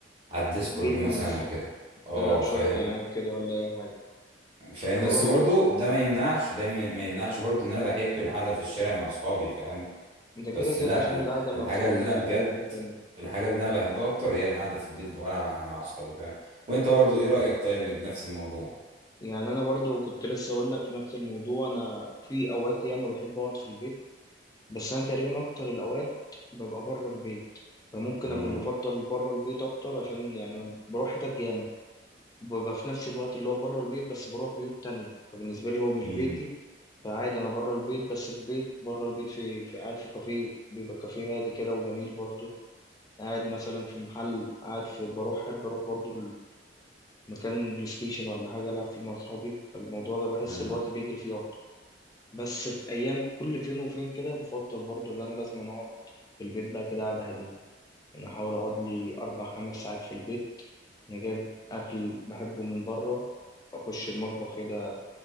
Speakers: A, on the right (about 30°); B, on the left (about 20°).
A: على الديسكورد
B: جيمينجز
A: مثلا وكده اه
B: تلعب شوية
A: فاهم
B: ألعاب كده ولا أي حاجة
A: فاهم
B: أنا
A: بس
B: برضو
A: برضو
B: بس...
A: ده ما يمنعش ده ما ما يمنعش برضو ان انا بحب القعده في الشارع مع اصحابي فاهم
B: ده كده
A: بس
B: كده
A: لا
B: عشان
A: ال-
B: القعدة
A: الحاجه
B: مع الصحاب
A: اللي
B: ليها
A: انا بجد
B: حاجة تانية
A: الحاجه اللي انا بحبها اكتر هي القعده في البيت والعب مع اصحابي فاهم وانت برضو ايه رايك طيب نفس الموضوع
B: يعني أنا برضو كنت لسه أقول لك في نفس الموضوع أنا في أوقات ياما بحب أقعد في البيت بس انا تقريبا اكتر الاوقات ببقى بره البيت فممكن
A: امم
B: اكون بفضل بره البيت اكتر عشان يعني انا بروح حتت ياما ببقى في نفس الوقت اللي هو بره البيت بس بروح بيوت تانية فبالنسبه لي هو مش
A: امم
B: بيتي فعادي انا بره البيت بس في بيت بره البيت في, في قاعد في كافيه بيبقى كافيه هادي كده وجميل برضه قاعد مثلا في محل قاعد في بروح احب اروح برضه مكان بلاي ستيشن ولا حاجه العب فيه مع اصحابي فالموضوع ده بحس
A: امم
B: الوقت بيجري فيه اكتر بس في ايام كل فين وفين كده بفضل برضو اللي انا لازم أنا اقعد في البيت بقى كده قعده هاديه يعني احاول اقعد لي اربع خمس ساعات في البيت انا جايب اكل بحبه من بره اخش المطبخ كده